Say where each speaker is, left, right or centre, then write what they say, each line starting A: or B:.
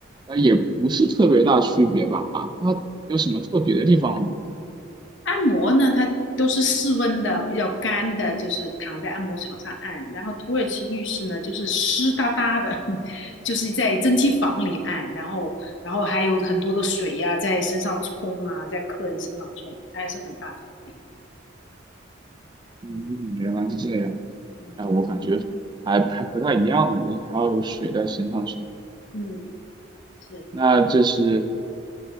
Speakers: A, on the right; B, on the left.
A: 呃，也不是特别大区别吧？它有什么特别的地方吗？
B: 按摩呢，它都是室温的，比较干的，就是躺在按摩床上按。然后土耳其浴室呢，就是湿哒哒的，<laughs> 就是在蒸汽房里按，然后然后还有很多的水呀、在身上冲啊，在客人身上冲，它还是很大差别。
A: 嗯，
B: 嗯
A: 原来是这样。
B: 嗯。
A: 哎，我感觉还还不太一样呢，就是还要有水在身上冲。
B: 嗯，是，
A: 那这是